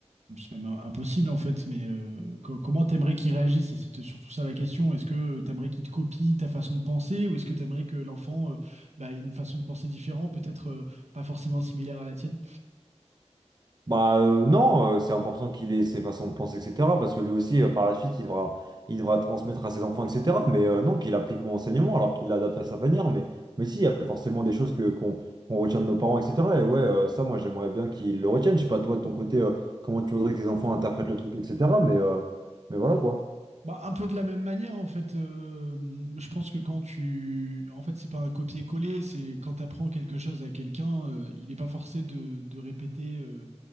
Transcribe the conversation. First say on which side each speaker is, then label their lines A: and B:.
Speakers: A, on the right (about 70°); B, on the right (about 35°).
A: c'est même euh, impossible en fait. Mais euh, co- comment t'aimerais qu'il réagisse? Et C'était surtout ça la question. Est-ce que t'aimerais qu'il te copie ta façon de penser ou est-ce que t'aimerais que l'enfant euh, bah, ait une façon de penser différente, peut-être euh, pas forcément similaire à la tienne?
B: Bah euh, non, euh, c'est important qu'il ait ses façons de penser, etc. Parce que lui aussi, euh, par la suite, il devra, il devra transmettre à ses enfants, etc. Mais euh, non, qu'il applique mon enseignement alors qu'il l'adapte à sa manière. Mais, mais si, il y a forcément des choses que qu'on qu'on retient de nos parents, etc. Et ouais, euh, ça, moi, j'aimerais bien qu'ils le retiennent. Je sais pas, toi, de ton côté, euh, comment tu voudrais que tes enfants interprètent le truc, etc. Mais, euh, mais voilà quoi.
A: Bah, un peu de la même manière, en fait, euh, je pense que quand tu. En fait, c'est pas un copier-coller, c'est quand tu apprends quelque chose à quelqu'un, euh, il n'est pas forcé de, de répéter euh,